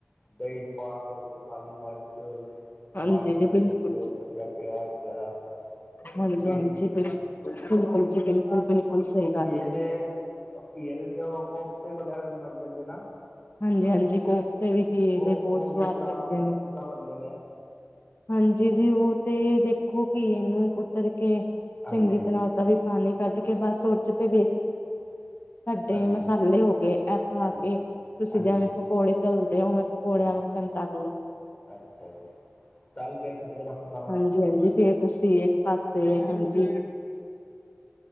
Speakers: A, on the left (about 20°); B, on the left (about 50°).
A: ਦਹੀਂ ਚੱ ਪਾ ਕੇ ਵਿੱਚ ਕਾਲੀ ਮਿਰਚ ਟਮਾਟਰ
B: ਹਾਂਜੀ ਜੀ ਬਿਲਕੁਲ
A: ਸੁੱਟ ਲਏ ਜਾਂ ਪਿਆਜ਼ ਵਗੈਰਾ
B: ਹਾਂਜੀ
A: ਇਹ ਵੀ
B: ਹਾਂਜੀ
A: ਠੀਕ ਰਹਿੰਦੇ
B: ਬਿਲੁ
A: ਨੇ
B: ਬਿਲਕੁਲ ਜੀ ਬਿਲਕੁਲ ਬਿਲਕੁਲ ਸਹੀ ਗ
A: ਇਹਦੇ ਤੇ ਵਗੈਰਾ ਵੀ ਪੰਜ ਬੰਦੇ ਨਾ
B: ਹਾਂਜੀ ਹਾਂਜੀ ਖੂਬ ਤੇ ਵੀ ਇਹਦੇ
A: ਉਹ
B: ਬਹੁਤ
A: ਉਹ
B: ਸਵਾਗਤ
A: ਕਿਸ ਤਰ੍ਹਾਂ
B: ਕਰਦੇ ਨੇ
A: ਕਿਸ ਤਰ੍ਹਾਂ ਬਣਦੇ ਨੇ
B: ਹਾਂਜੀ ਜੀ ਉਹ ਤੇ ਦੇਖੋ ਕਿ ਇਹਨੂੰ ਕੁ ਤੇਰੇ ਕੇ
A: ਹਾਂਜੀ
B: ਚੰਗੀ ਤਰ੍ਹਾਂ ਦਾ ਵੀ ਪਾਣੀ ਕੱਢ ਕੇ ਪਾਸ ਉਚ ਤੇ ਤੇ
A: ਹਾਂਜੀ
B: ਮਸਾਲੇ ਹੋ ਗਏ ਇਥੇ
A: ਹਾਂਜੀ
B: ਆ ਕੇ ਤੁਸੀਂ
A: ਹਾਂਜੀ
B: ਜਿਵੇਂ ਪਕੌੜੇ ਤਲਦੇ ਹੋ ਪਕੌੜਿਆਂ
A: ਹਾਂਜੀ
B: ਵਿੱਚ ਕਰ ਲਓ
A: ਅੱਛਾ ਜੀ ਤਲ ਕੇ ਤੇ ਫਿਰ ਆਪਣਾ
B: ਹਾਂਜੀ ਹਾਂਜੀ ਫੇਰ ਤੁਸੀਂ ਇੱਕ ਪਾਸੇ ਹਾਂਜੀ